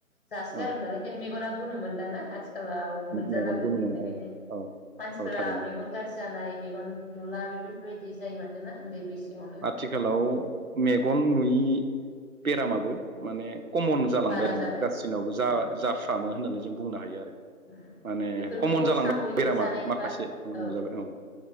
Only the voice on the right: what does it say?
ओ
मेगनखौ नुगोन
औ औ
औ थारैनो
थिखालाव मेगन नुयि बेरामाबो माने कमन जालांबाय
आरो
माने गासिनावबो जा
जाफ्रामो होननानै जों बुंनो हायो आरो।
माने
कमन जालांबाय
बेरामा
माखासे
नुजाबाय